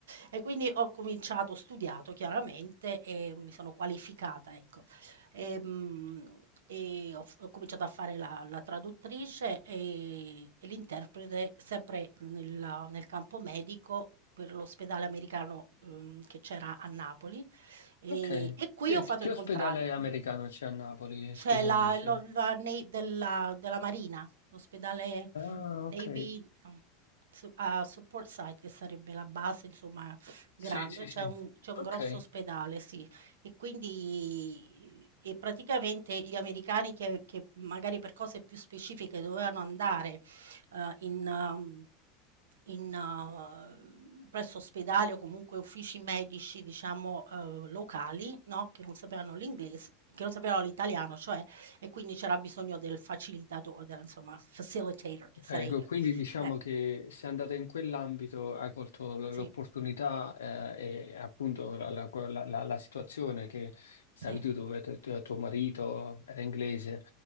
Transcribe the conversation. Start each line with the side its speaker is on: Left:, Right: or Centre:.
Right: e quindi ho cominciato ho studiato chiaramente e mi sono qualificata, ecco. Ehm, e ho f ho cominciato a fare la la traduttrice e e l'interprete sempre nella nel campo medico per l'ospedale americano, uhm, che c'era a Napoli, ehm,
Left: Ok,
Right: e qui
Left: Eh,
Right: ho fatto
Left: che che
Right: il contrario.
Left: ospedale americano c'è a Napoli?
Right: C'è
Left: Scusami
Right: la
Left: se...
Right: lo la nei della della Marina, l'ospedale
Left: Ah,
Right: Navy
Left: ok.
Right: no, su a Support Site, che sarebbe la base insomma grande,
Left: Sì, sì,
Right: c'è
Left: sì.
Right: un c'è un
Left: Ok.
Right: grosso ospedale, sì. E quindi e praticamente gli americani che che magari per cose più specifiche dovevano andare, uhm, in um, in uhm, presso ospedali o comunque uffici medici, diciamo, uhm, locali, no, che non sapevano l'ingles che non sapevano l'italiano, cioè, e quindi c'era bisogno del facilitato del insomma, facilitator che sarei
Left: Ecco,
Right: io.
Left: quindi diciamo
Right: Eh,
Left: che se andate in quell'ambito hai colto l-
Right: sì,
Left: l'opportunità eh, e appunto la, la- la- la- la situazione che stavi
Right: sì,
Left: tu dove tu- tu- tuo marito era inglese.